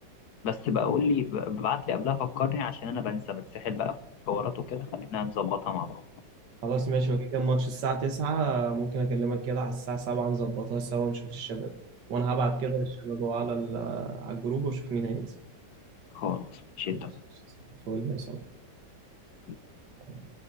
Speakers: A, on the left; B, on the right.
A: بس بقى قول لي ب- ابعت لي قبلها فكرني عشان أنا بنسى بتسحل بقى في حوارات وكده خلينا نظبطها مع بعض
B: خلاص ماشي وكده كان ماتش الساعة 9 ممكن أكلمك كده على الساعة 7 نظبطها سوا نشوف الشباب وأنا هبعت كده للشباب أهو على ال- على الجروب وأشوف مين هينزل
A: خالص مش انت
B: ماشي. فول يا صاحبي
A: مسؤول
B: يلا